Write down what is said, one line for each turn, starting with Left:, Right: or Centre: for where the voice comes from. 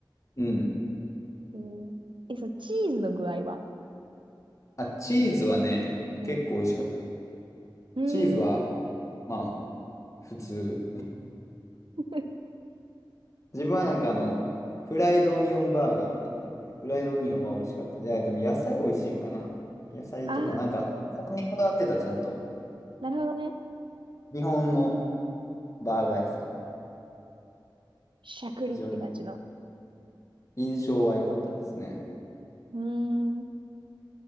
Left: うん。
Right: えー、え、そう、チーズの具合は
Left: あ、チーズはね、
Right: うん。
Left: 結構美味しかった。
Right: うーん。
Left: チーズは、まあ、普通。
Right: <laughs>
Left: 自分はなんかあの、フライドオニオンバーガーみたいなの食べて、フライドオニオンは美味しかった。いや、でも野菜美味しいんかな。野菜とか、
Right: あー、
Left: なんか、そこにこだわってた、ちゃんと。
Right: なるほどね。
Left: 日本のバーガー屋さん。
Right: しゃくりって感じの。
Left: 非常に印象は良かったですね。
Right: うーん、